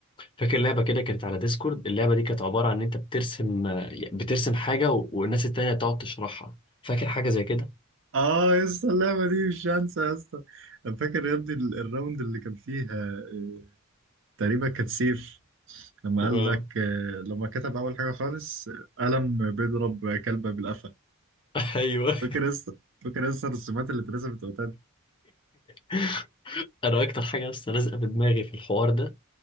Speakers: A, on the left; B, on the right.
A: فاكر لعبه كده كانت على ديسكورد اللعبه دي كانت عباره عن ان انت بترسم آه، بترسم حاجه و... والناس التانيه تقعد تشرحها فاكر حاجه زي كده
B: اه يا اسطى اللعبه دي مش هنسى يا اسطى أنا فاكر يا ابني ال- الراوند اللي كان فيها آه، تقريبا كانت سيف لما
A: اه
B: قال لك آه، لما كتب اول حاجه خالص آه، قلم بيضرب كلبه بالقفا
A: ايوه
B: فاكر لسه فاكر لسه الرسومات اللي اترسمت وقتها دي؟
A: <laughs> انا اكتر حاجه لسه لازقه في دماغي في الحوار ده